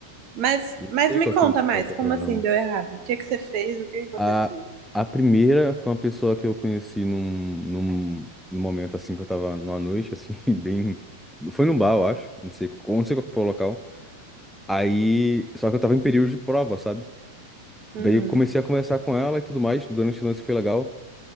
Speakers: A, on the right; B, in the centre.
A: Mas,
B: eu
A: mas
B: não sei
A: me
B: qual
A: conta
B: que, é o-
A: mais,
B: qual que é
A: como
B: o problema.
A: assim deu errado? O que que você fez? O que que
B: A,
A: aconteceu?
B: a primeira foi uma pessoa que eu conheci num, num, num momento assim que eu tava numa noite, assim, <laughs> bem. Foi num bar, eu acho, não sei, não sei qual que foi o local. Aí, só que eu tava em período de prova, sabe?
A: Uhum.
B: Daí eu comecei a conversar com ela e tudo mais, durante o lance foi legal.